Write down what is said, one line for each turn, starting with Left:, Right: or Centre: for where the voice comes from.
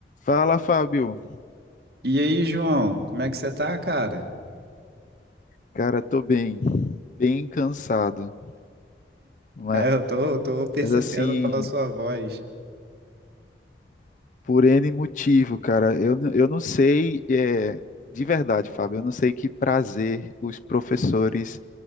Left: Fala, Fábio.
Right: E aí, João, como é que você tá, cara? <laughs>
Left: Cara, tô bem, bem cansado, mas
Right: Ah, eu tô, eu tô percebendo
Left: assim,
Right: pela sua voz.
Left: por N motivo, cara, eu, n- eu não sei, é, de verdade, Fábio, eu não sei que prazer os professores,